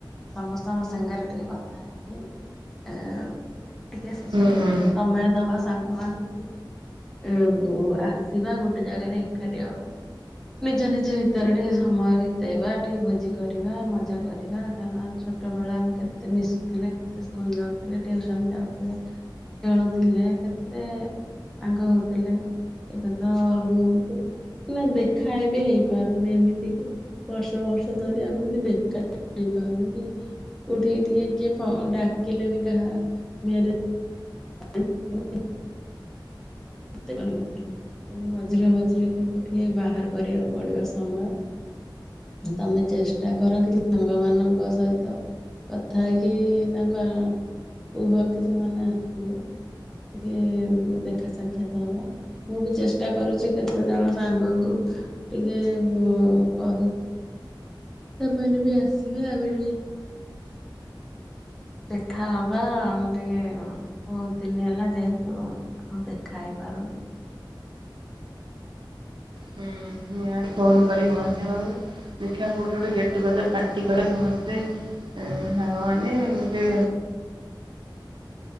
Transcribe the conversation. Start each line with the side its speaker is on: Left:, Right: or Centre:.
Centre: ସମସ୍ତଙ୍କ ସାଙ୍ଗରେ ଟିକେ କଥା ହେଇକି ଏ। ମାନେ ଟିକେ
Right: ହୁଁ ହୁଁ
Centre: ସମୟ ଦବା। ସାଙ୍ଗ ମାନଙ୍କୁ ଟିକେ ଏ ବୁ ଆସିବା ଗୋଟେ ଜାଗାରେ ଏକାଠି ହବା। ନିଜ ନିଜ ଭିତରେ ଟିକେ ସମୟ ବିତେଇବା ଟିକେ ଭୋଜି କରିବା ମଜା କରିବା କାରଣ ଛୋଟ ବେଳେ ଆମେ କେତେ ମିଶୁଥିଲେ କେତେ ସ୍କୁଲ ଯାଉଥିଲେ ଟିଉସନ ଯାଉଥିଲେ ଖେଳୁଥିଲେ କେତେ ସାଙ୍ଗ ହଉଥିଲେ ଏବେ ତ ଏମତି ମାନେ ଦେ ଖା ବି ହେଇପାରୁନି ଏମିତି କି ବର୍ଷ ବର୍ଷ ଧରି ଆମେ ବି ଦେଖା ବି ହେଇପାରୁନୁ କି କୋଉଠିକି ଟିକେ କିଏ ଡାକିଲେ ବି କାହା ମ୍ୟା <inaudible> ମନ ଭିତରେ କିନ୍ତୁ ମଝିରେ ମଝିରେ କିନ୍ତୁ ଟିକେ ବାହାର କରିବାକୁ ପଡିବ ସମୟ ତମେ ଚେଷ୍ଟା କର କି ସାଙ୍ଗ ମାନଙ୍କ ସହିତ କଥା ହେଇକି ତାଙ୍କ କୁହ କି ସେମାନେ ଆସିବେ ଟିକେ ଦେଖା ସାକ୍ଷ ଖ୍ୟାତ ହବା ମୁଁ ବି ଚେଷ୍ଟା କରୁଛି କେତେ ଜଣ ସାଙ୍ଗଙ୍କୁ ଟିକେ ମୁ କହିବି। ସେମାନେ ବି ଆସିବେ ଆମେଟିକେ। ଦେଖା ହବା ଟିକେ ବହୁତ ଦିନ ହେଲା ଯେହେତୁ ଆଉ ଦେଖା ହେଇ ପାରୁନେ।
Right: ହୁଁ ୟା ଫୋନ୍ କରିିକି ସମସ୍ତଙ୍କୁ ଦେଖିବା କୋଉଠି ଗୋଟେ ଗେଟ୍ ଟୁଗେଦର ପାର୍ଟି କରିବା ସମସ୍ତେ ସାଙ୍ଗମାନେ ଏମତି।